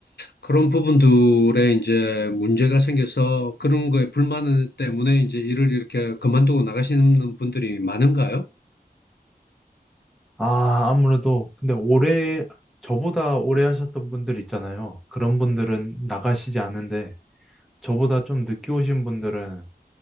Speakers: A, on the left (about 75°); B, in the centre.
A: 그런 부분들에 이제 문제가 생겨서 그런 거에 불만 때문에 이제 일을 이렇게 그만두고 나가시는 분들이 많은가요?
B: 아, 아무래도, 근데 올해, 저보다 오래 하셨던 분들 있잖아요. 그런 분들은 나가시지 않는데, 저보다 좀 늦게 오신 분들은